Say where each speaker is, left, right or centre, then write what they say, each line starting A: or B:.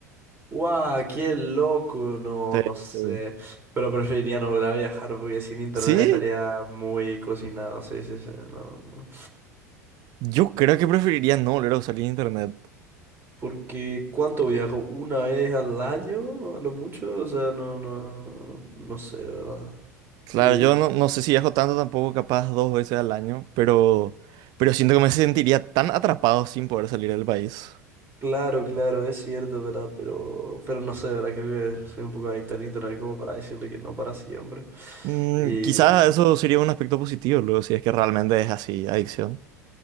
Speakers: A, on the right (about 25°); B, on the right (about 50°).
A: Guau, qué loco. No,
B: Sí,
A: no sé.
B: sí.
A: Pero preferiría no volver a viajar porque sin internet
B: ¿Sí?
A: estaría muy cocinado. Sí, sí, sí. No, no.
B: Yo creo que preferiría no volver a usar el internet.
A: Porque ¿cuánto viajo? ¿Una vez al año? A lo mucho, o sea, no, no, no, no sé, ¿verdad?
B: Claro,
A: Y
B: yo no, no sé si viajo tanto tampoco, capaz dos veces al año, pero, pero siento que me sentiría tan atrapado sin poder salir del país.
A: claro, claro, es cierto, ¿verdad? Pero, pero no sé, ¿verdad? Creo que soy un poco adicto al internet como para decirle que no para siempre.
B: Mm,
A: Y
B: quizás eso sería un aspecto positivo, luego, si es que realmente es así, adicción.